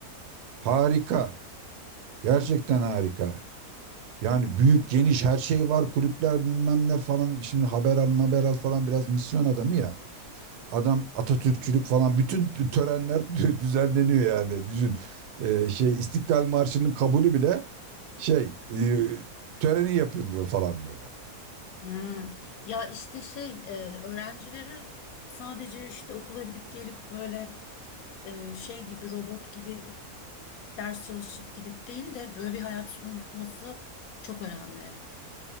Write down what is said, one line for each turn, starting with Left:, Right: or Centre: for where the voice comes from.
Right: Harika. Gerçekten
Left: Hmm,
Right: harika. Yani büyük, geniş her şey var. Kulüpler bilmem ne falan. Şimdi haber al, haber al falan biraz misyon adamı ya. Adam Atatürkçülük
Left: hı hı.
Right: falan. Bütün tü- törenler <laughs> dü- düzenleniyor yani. Düşün. Ee, şey İstiklal Marşı'nın kabulü bile şey e, töreni yapılıyor falan böyle.
Left: Hmm. Ya işte şey e, öğrencilere sadece işte okula gidip gelip böyle e, şey gibi robot gibi ders çalışıp gidip değil de böyle bir hayat sunulması çok önemli.